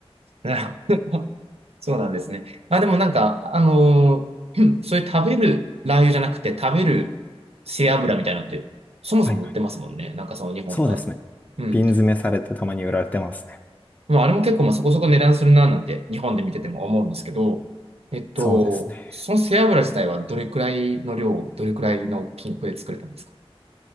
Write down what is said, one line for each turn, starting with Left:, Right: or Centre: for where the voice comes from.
Right: なるほど。<laughs> そうなんですね。まあでもなんか、あのー <clears throat> そういう食べるラー油じゃなくて食べる背脂みたいなのって、そもそも売ってますもんね。
Left: はいはい。
Right: なんかその日本とかだと。
Left: そうですね。
Right: うん。
Left: 瓶詰めされてたまに売られてますね。
Right: まああれも結構まあそこそこ値段するななんて日本で見てても思うんですけど、えっと、
Left: そうですね。
Right: その背脂自体はどれくらいの量、どれくらいの金額で作れたんですか